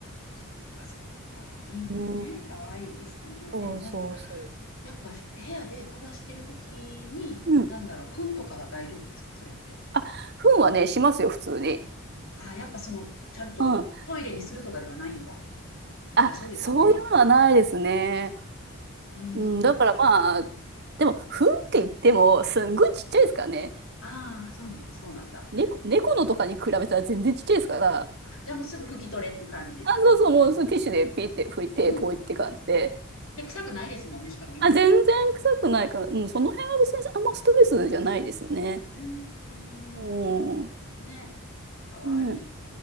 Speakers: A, on the left; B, on the right.
A: そっかそっか、インコね、
B: う。うん。
A: 可愛いですよね。
B: そうそうそ
A: でもなんか、やっぱ部屋で飛ばしてる時に、
B: う。うん。
A: なんだろう、糞とかは大丈夫ですか、それって。
B: あ、糞はね、しますよ、普通に。
A: ああ、やっぱその、ちゃんとトイレにするとかではないんだ。
B: うん。あ、
A: そりゃそうですよね。
B: そういうのはないですね。
A: うーん。
B: うん。だからまあ、でも、糞って言っても、すんごいちっちゃいですからね。
A: ああ、そうなんだ、そうなんだ。
B: 猫、猫のとかに比べたら全然ちっちゃいですから、
A: あ、じゃあもうすぐ拭き取れる感じ。
B: あ、そうそう、もうそのティッシュでピーって拭いて、
A: うん。
B: ポイって感じで、
A: で、臭くないですもんね、しかもインコだったら。
B: あ、全然臭くないから、うん、その辺は別にあんまストレスじゃないですね。
A: うーん。
B: うん。
A: ね。かわいい。
B: ね、